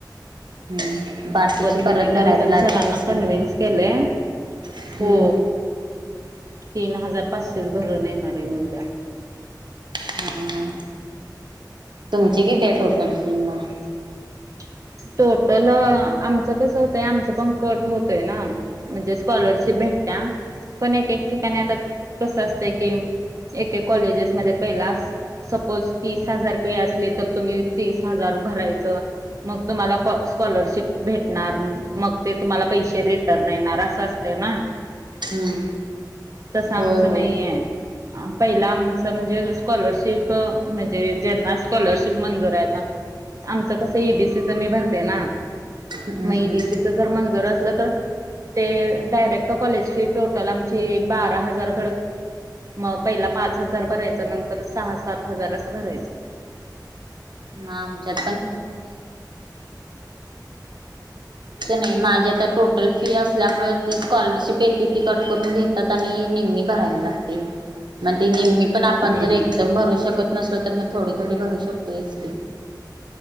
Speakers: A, on the right; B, on the right.
A: हम्म बाकीची
B: पण
A: परत
B: मी
A: भरावी
B: तरी पण
A: लागत
B: सरांना
A: असेल
B: कन्व्हन्स केले
A: हम्म
B: हो तीन हजार पाचशेच भरून येणार आहे मी उद्या
A: हां हां तुमची किती आहे टोटल फी मग
B: <inaudible> टोटल आमचं कसं होतंय आमचं पंकट होतय ना म्हणजे स्कॉलरशिप भेटत पण एक एक ठिकाणी आता कसं असतंय की एके कॉलेजेसमध्येध्ये पहिला सपोज तीस हजार पे असले तर तुम्ही तीस हजार भरायचं मग तुम्हाला स्कॉलरशिप भेटणार मग ते तुम्हाला पैसे रिटर्न येणार असं असतं ना
A: हम्म
B: तसं आमचं
A: होय होय
B: नाही आहे पहिला आमचं म्हणजे स्कॉलरशिप म्हणजे जनना स्कॉलरशिप मंजूर आहे आता आमचं कसं ईबीसीच मी भरते ना
A: हम्म
B: मग
A: हम्म.
B: बीसीच जर मंदर असलं तर ते डायरेक्ट कॉलेज फी टोटल आमची बारा हजार मग पहिला पाच हजार भरायचं नंतर सहा सात हजार असं भरायचं
A: म आमच्यात नाही माझी आता टोटल फी असल्यामुळे ती स्कॉलरशिप येते ती कट करून घेत तर आता निम्मी भरायला लागते. मग ती निम्मी पण आपण
B: हम्म
A: जर एकदम भरू शकत नसलो तर मग थोडी थोडी भरू शकतो हेच की